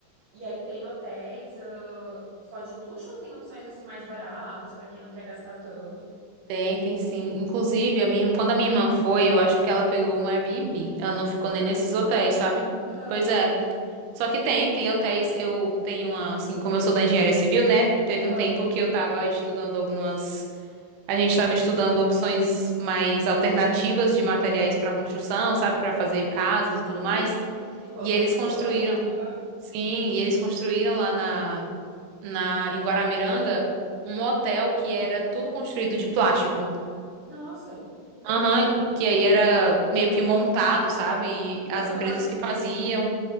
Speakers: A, on the right; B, on the right.
A: e aí tem hotéis, ah, só de luxo ou tem opções assim mais baratas pra quem não quer gastar tanto?
B: Tem, tem sim. Inclusive, a minha, quando a minha irmã foi, eu acho que ela pegou um Airbnb. Ela não ficou
A: Ah,
B: nem nesses
A: que
B: hotéis,
A: bom.
B: sabe?
A: Aham,
B: Pois é. Só que tem, tem hotéis. Eu tenho uma, assim, como eu sou da engenharia civil, né? Teve
A: aham.
B: um tempo que eu tava estudando algumas. A gente tava estudando opções mais alternativas de materiais pra construção, sabe? Pra fazer casas e tudo mais.
A: Sim. Eco-
B: E
A: mais
B: eles
A: ecológicos.
B: construíram.
A: Aham.
B: Sim, e eles construíram lá na na, em Guaramiranga um hotel que era tudo construído de plástico.
A: Nossa, interessante.
B: Aham, que aí era meio que montado, sabe? E as
A: Aham.
B: empresas que faziam.